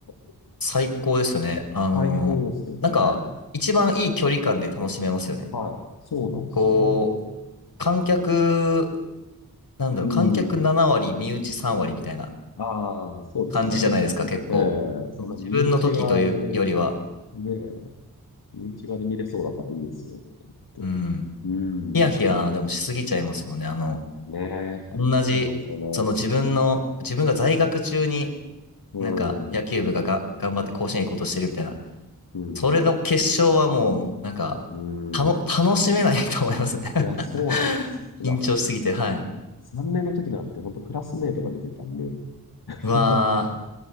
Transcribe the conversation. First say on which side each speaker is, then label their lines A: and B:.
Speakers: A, on the left; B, on the left.
A: え
B: 最高ですよね。あの、
A: 最高ですよね。
B: なんか、一番いい距離感で楽しめますよね。
A: はい。そうなんですよ。
B: こう、観客、なんだろう、
A: うん。
B: 観客7割、身内3割みたいな
A: ああ、そうですね。
B: 感じじゃないですか、
A: <laughs>
B: 結構。
A: ええその身内側で、
B: その自分の時というよりは、
A: ねえ身側で見れそうだからいいですよ、と思って。
B: うん。
A: うん。
B: ヒヤヒヤでもしすぎちゃいますもんね、あの、
A: ねえ。
B: 同じ、
A: そうなんですよね。
B: その自分の、自分が在学中に
A: う
B: なんか野球部がが頑張って甲子園行こうとしてるみたいな、
A: ん。うん。
B: それの決勝はもう、なんか、
A: うん。
B: たの、楽しめない <laughs> と思いますね
A: いや、そうなんですよ。
B: <laughs>
A: さだ、
B: 緊張しすぎて、
A: さ
B: はい。
A: 3年の時なんて本当クラスメイトが出てたんで。<laughs>
B: うわー、